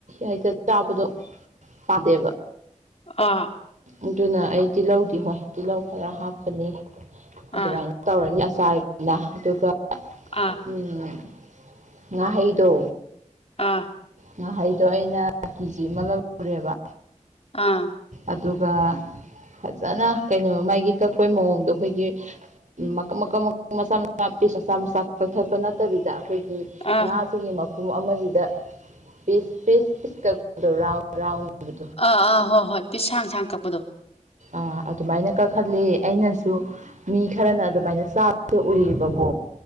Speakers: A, on the right (about 65°); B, on the left (about 50°).
A: ꯍꯦꯛꯇ ꯆꯥꯕꯗꯣ ꯄꯥꯝꯗꯦꯕ
B: ꯑꯥ
A: ꯑꯗꯨꯅ ꯑꯩ ꯇꯤꯜꯍꯧꯗꯤ ꯍꯣꯏ ꯇꯤꯜꯍꯧ ꯈꯔ ꯍꯥꯞꯄꯅꯤ ꯑꯗꯨꯃꯥꯏꯅ
B: ꯑꯥ
A: ꯇꯧꯔꯅꯤ ꯑꯆꯥꯔꯒꯤꯅ ꯑꯗꯨꯒ
B: ꯑꯥ
A: ꯎꯝ ꯉꯥꯍꯩꯗꯣ
B: ꯑꯥ
A: ꯉꯥꯍꯩꯗꯣ ꯑꯩꯅ ꯀꯦꯖꯤ ꯑꯃ ꯂꯧꯔꯨꯔꯦꯕ
B: ꯑꯥ
A: ꯑꯗꯨꯒ ꯐꯖꯥꯅ ꯀꯩꯅꯣ ꯃꯥꯒꯤ ꯀꯛꯄꯩ ꯃꯑꯣꯡꯗꯣ ꯑꯩꯈꯣꯏꯒꯤ ꯎꯝ ꯃꯀꯛ ꯃꯀꯛ ꯃꯆꯥ ꯃꯆꯥ ꯄꯤꯁ ꯃꯆꯥ ꯃꯆꯥ ꯀꯛꯊꯠꯄ ꯅꯠꯇꯕꯤꯗ ꯑꯩꯈꯣꯏꯒꯤ
B: ꯑꯥ
A: ꯉꯥ ꯁꯤꯒꯤ ꯃꯄꯨꯝ ꯑꯃꯥꯖꯤꯗ ꯄꯤꯁ ꯄꯤꯁ ꯄꯤꯁ ꯀꯛꯄꯗꯣ ꯔꯥꯎꯟ ꯔꯥꯎꯟ <unintelligible>
B: ꯑꯥ ꯑꯥ ꯍꯣꯏ ꯍꯣꯏ ꯄꯤꯁ ꯁꯥꯡ ꯁꯥꯡ ꯀꯛꯄꯗꯣ
A: ꯑꯥ ꯑꯗꯨꯃꯥꯏꯅ ꯀꯛꯍꯜꯂꯦ ꯑꯩꯅꯁꯨ ꯃꯤ ꯈꯔꯅ ꯑꯗꯨꯃꯥꯏꯅ ꯆꯥꯕꯁꯦ ꯎꯏꯌꯦꯕꯀꯣ